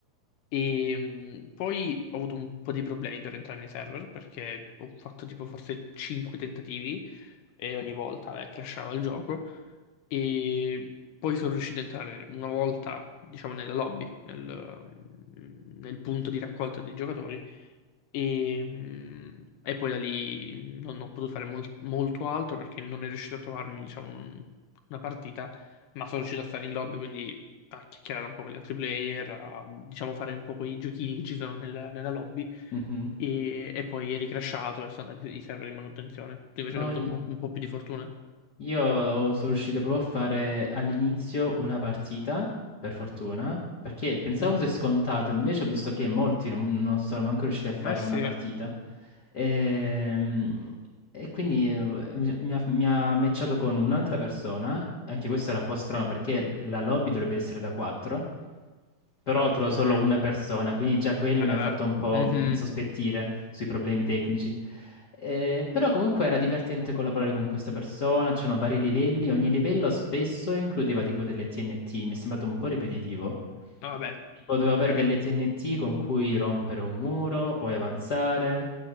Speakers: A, on the left (about 75°); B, on the left (about 50°).
A: E mh, poi ho avuto un po' di problemi per entrare nei server perché ho fatto tipo forse 5 tentativi e ogni volta eh, crashava il gioco. E poi sono riuscito ad entrare una volta, diciamo, nella lobby, nel, nel punto di raccolta dei giocatori e, mm, e poi da lì non ho potuto fare mol- molto altro perché non è riuscito a trovarmi, diciamo, un- una partita, ma sono riuscito a stare in lobby, quindi a chiacchierare un po' con gli altri player, a, diciamo, fare un po' quei giochini che ci sono nel- nella lobby.
B: Mhm.
A: E, e poi eri crashato e sono andati i server in manutenzione. Tu invece
B: No,
A: hai avuto
B: i-
A: un po', un po' più di fortuna.
B: io sono riuscito proprio a fare all'inizio una partita, per fortuna, perché pensavo
A: Mhm.
B: fosse scontato, invece ho visto che molti non, non sono manco riusciti a fare
A: Eh sì.
B: una partita. Ehm, E, quindi eh, mi, mi ha, mi ha matchato con un'altra persona, anche questo era un po' strano perché la lobby dovrebbe essere da 4. però
A: Ah,
B: trovo
A: ok.
B: solo una persona, quindi già quello
A: Vabbè.
B: mi ha fatto un po'
A: Mhm.
B: insospettire sui problemi tecnici. Eh, però comunque era divertente collaborare con questa persona, c'erano vari livelli, ogni livello spesso includeva tipo delle TNT, mi è sembrato un po' ripetitivo.
A: Ah, Vabbè.
B: Tipo dovevo
A: Ok.
B: avere delle TNT con cui rompere un muro, poi avanzare.